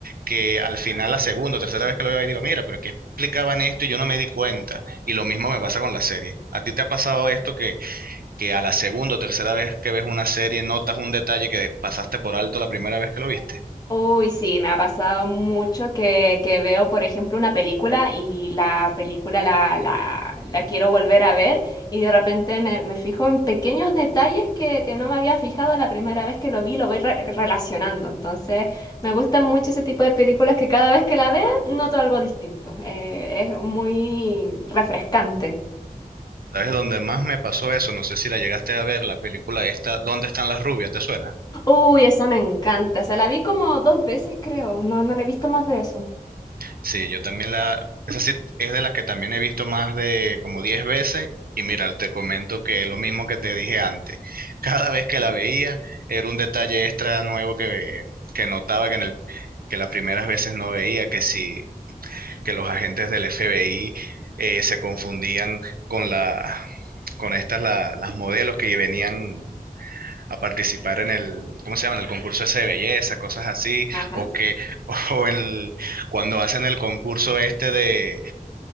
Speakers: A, on the right (about 75°); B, on the left (about 25°).
A: que al final la segunda o tercera vez que lo veo ahí digo, mira, pero ¿qué explicaban esto y yo no me di cuenta? Y lo mismo me pasa con la serie. ¿A ti te ha pasado esto que, que a la segunda o tercera vez que ves una serie notas un detalle que pasaste por alto la primera vez que lo viste?
B: Uy, sí, me ha pasado mucho que, que veo, por ejemplo, una película y la película la, la, la quiero volver a ver y de repente me, me fijo en pequeños detalles que, que no me había fijado la primera vez que lo vi, lo voy re- relacionando. Entonces, me gustan mucho ese tipo de películas que cada vez que la vea noto algo distinto. Eh, es muy refrescante.
A: ¿Sabes dónde más me pasó eso? No sé si la llegaste a ver, la película esta, ¿Dónde están las rubias? ¿Te suena?
B: Uy, esa me encanta. O sea, la vi como dos veces, creo. No, no la he visto más de eso.
A: Sí, yo también la, esa sí es de las que también he visto más de como 10 veces. Y mira, te comento que lo mismo que te dije antes, <laughs> cada vez que la veía era un detalle extra nuevo que veía, que notaba que en el, que las primeras veces no veía, que sí, que los agentes del FBI eh, se confundían con la, con estas la- las modelos que venían a participar en el, ¿cómo se llama? En el concurso ese de belleza, cosas así,
B: Ajá.
A: o que, <laughs> o en el- cuando hacen el concurso este de